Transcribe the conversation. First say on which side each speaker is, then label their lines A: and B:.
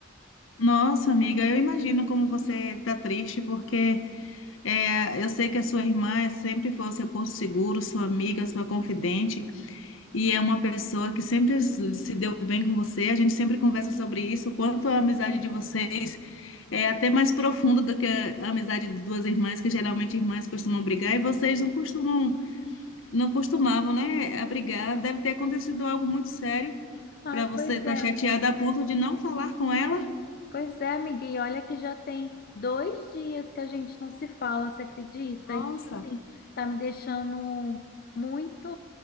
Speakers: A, on the left; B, on the left.
A: Nossa, amiga, eu imagino como você tá triste, porque é, eu sei que a sua irmã é- sempre foi o seu porto seguro, sua amiga, sua confidente, e é uma pessoa que sempre s- se deu bem com você. A gente sempre conversa sobre isso, o quanto a amizade de vocês é até mais profunda do que a amizade de duas irmãs, que geralmente irmãs costumam brigar, e vocês não costumam. não costumavam, né, abrigar. Deve ter acontecido algo muito sério
B: Ai,
A: para você
B: pois
A: estar
B: é.
A: chateada a ponto de não falar com ela.
B: Pois é, amiga, e olha que já tem dois dias que a gente não se fala, você acredita?
A: Nossa,
B: Isso, assim, tá me deixando muito